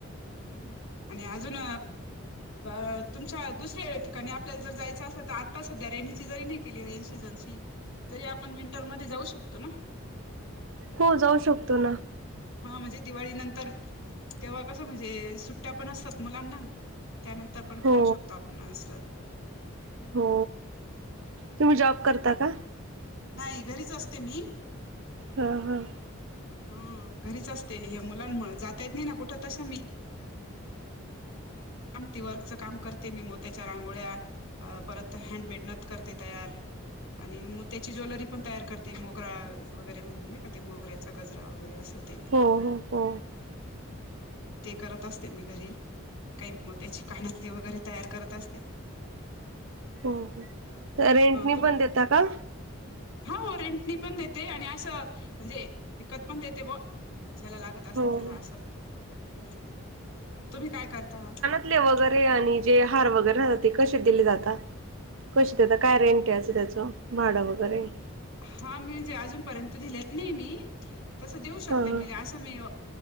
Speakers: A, on the left (about 75°); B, on the right (about 70°).
A: हम् आणि अजून अ -तुमच्या दुसऱ्या ठिकाणी आपल्याला जर जायचं असल तर आता सध्या रेणीची जरी केली रेनी सीझनची तरी आपण विंटरमध्ये जाऊ शकतो ना?
B: हो जाऊ शकतो ना.
A: हा म्हणजे दिवाळी नंतर तेव्हा कसं म्हणजे सुट्ट्या पण असतात मुलांना. त्यानंतर पण
B: हो
A: फिरू शकतो आपण असं.
B: हो, तुम्ही जॉब करता का?
A: नाही घरीच असते मी.
B: हां हां.
A: हा घरीच असते हे मुलांमुळे जाता येत नाय ना कुठं तस मी कामती वर्कच काम करते मी मोत्याच्या रांगोळ्या अ -परत हँडमेड नत करते तयार. आणि मोत्याची ज्वेलरी पण तयार करते मोगरा वगैरे म्हणून नाय का ते मोगऱ्याचा गजरा वगैरे असं ते.
B: हो हो हो.
A: हा ते करत असते मी घरी. मग त्याचे कानातले वगैरे तयार करत असते.
B: हो हो -तर रेंटनी
A: तुम
B: पण देता का?
A: हा हो रेंटनी पण देते आणि असं म्हणजे विकत पण देते बो. ज्याला लागत असल
B: हो
A: त्याला
B: हो
A: असं हम्, तुम्ही काय करता?
B: ले वगैरे आणि जे हार वगैरे राहते कशे दिले जाता? कशी देता काय रेंट याचं त्याचं भाडं वगैरे?
A: हा मी म्हणजे अजूनपर्यंत दिलेलं नाही मी तसं देऊ शकते
B: हा
A: म्हणजे
B: हा
A: अस. ति मी